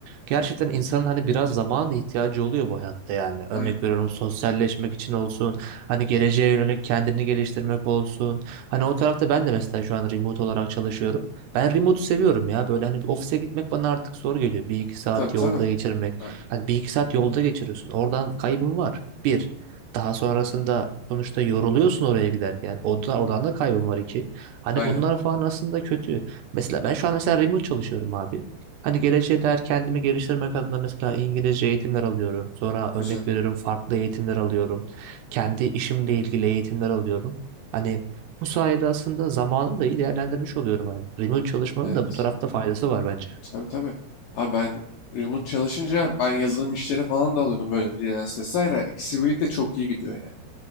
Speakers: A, on the right (about 80°); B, on the left (about 80°).
A: gerçekten insanın hani biraz zamana da ihtiyacı oluyor bu hayatta yani örnek
B: Aynen.
A: veriyorum sosyalleşmek için olsun hani geleceğe yönelik kendini geliştirmek olsun hani o tarafta ben de mesela şu an remote olarak çalışıyorum ben remote'u seviyorum ya böyle hani bir ofise gitmek bana artık zor geliyor bir iki saat
B: Tabii tabii.
A: yolda geçirmek
B: Tabii.
A: hani bir iki saat yolda geçiriyorsun oradan kaybın var bir daha sonrasında sonuçta yoruluyorsun oraya giderken o da, oradan da kaybın var iki hani
B: Aynen.
A: bunlar falan aslında kötü. Mesela ben şu an mesela remote çalışıyorum abi. Hani geleceğe dair kendimi geliştirmek adına mesela İngilizce eğitimler alıyorum. Sonra örnek
B: Güzel.
A: veriyorum farklı eğitimler alıyorum. Kendi işimle ilgili eğitimler alıyorum. Hani bu sayede aslında zamanımı da iyi değerlendirmiş oluyorum hani. Remote çalışmanın
B: Evet.
A: da bu tarafta faydası var bence.
B: Tabii tabii. Abi ben remote çalışınca ben yazılım işleri falan da alıyordum böyle freelance vesaire. İkisi birlikte çok iyi gidiyor yani.